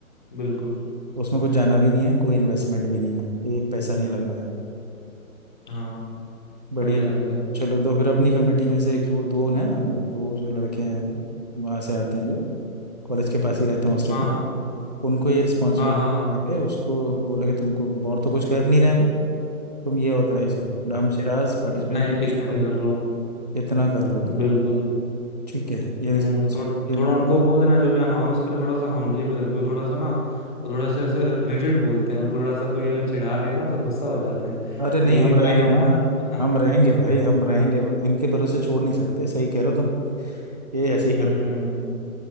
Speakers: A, on the left; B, on the right.
A: बिल्कुल
B: उसमें कुछ जाना भी नहीं है कोई इन्वेस्टमेंट भी नहीं है एक पैसा नहीं लगना है
A: हाँ
B: बढ़िया
A: बढ़िया रहेगा
B: चलो तो फिर अपनी कमेटी में से एक वो दो ना दो जो लड़के हैं वहाँ से आते हैं जो कॉलेज के पास ही रहते हैं हॉस्टल
A: हाँ
B: में
A: हाँ
B: उनको ये रिस्पॉन्सिबिलिटी
A: हाँ हाँ हाँ
B: देंगे उसको बोलेंगे तुमको और तो कुछ कर नहीं रहे हैं वो तुम ये ऑर्गेनाइज करो डम
A: हम्म,
B: शिराज पार्टिसिपेंट
A: इतना ही
B: चूज
A: इतना
B: करो
A: ही कर लो
B: इतना कर लो तुम
A: बिल्कुल
B: ठीक है ये
A: हम्म
B: रिस्पॉन्सिबिलिटी
A: थो,
B: उनको
A: थोड़ा उनको बोल देना जो भी अनाउंस करे थोड़ा सा हम्बली में करके वो थोड़ा सा ना वो थोड़ा सा ऐसे रिजिड बोलते हैं उनको थोड़ा सा कोई अगर चिढ़ा देना तो गुस्सा हो जाते हैं
B: अरे नहीं
A: तो ये
B: हम रहेंगे
A: टाइम अपना
B: ना हम
A: <laughs>
B: रहेंगे भाई हम रहेंगे
A: हाँ
B: भाई इनके भरोसे छोड़ नहीं सकते सही कह रहे हो तुम ये ऐसे ही
A: हम्म
B: करते